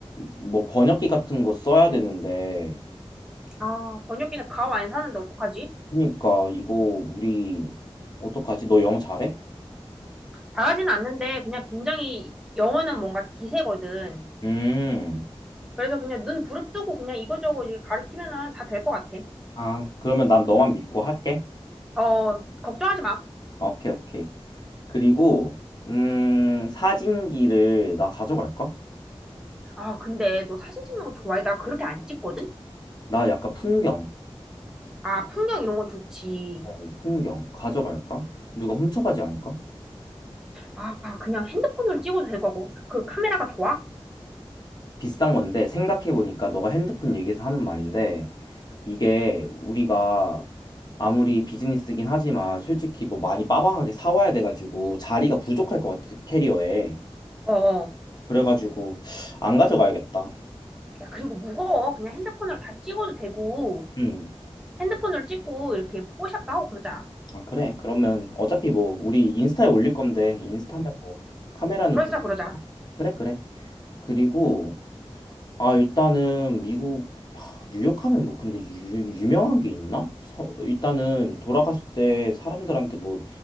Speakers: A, on the left; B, in the centre.
A: 뭐 번역기 같은 거 써야 되는데,
B: 아, 번역기는 가오 안 사는데 어떡하지?
A: 그러니까 이거 우리 어떡하지? 너 영어 잘해?
B: 잘하진 않는데 그냥 굉장히 영어는 뭔가 기세거든.
A: 음.
B: 그래서 그냥 눈 부릅뜨고 그냥 이거저거 이제 가르치면은 다 될 것 같아.
A: 아, 그러면 난 너만 믿고 할게.
B: 어, 걱정하지 마.
A: 오케이, 오케이. 그리고 음, 사진기를 나 가져갈까?
B: 아, 근데 너 사진 찍는 거 좋아해? 나 그렇게 안 찍거든?
A: 나 약간 풍경,
B: 아, 풍경 이런 건 좋지.
A: 어, 풍경 가져갈까? 누가 훔쳐가지 않을까?
B: 아, 그냥 핸드폰으로 찍어도 될 거고. 그 카메라가 좋아?
A: 비싼 건데 생각해보니까 너가 핸드폰 얘기해서 하는 말인데 이게 우리가 아무리 비즈니스긴 하지만 솔직히 뭐 많이 빠방하게 사와야 돼가지고 자리가 부족할 것 같아 캐리어에
B: 어어.
A: 그래가지고 안 가져가야겠다
B: 야, 그리고 무거워. 그냥 핸드폰으로 다 찍어도 되고.
A: 음.
B: 핸드폰으로 찍고 이렇게 뽀샵도 하고 그러자.
A: 아 그래 그러면 어차피 뭐 우리 인스타에 올릴 건데 인스타면 뭐 카메라는
B: 그러자,
A: 구...
B: 그러자.
A: 그래 그래 그리고 아 일단은 미국 하, 뉴욕 하면 뭐 근데 유, 유- 유명한 게 있나? 서, 일단은 돌아갔을 때 사람들한테 뭐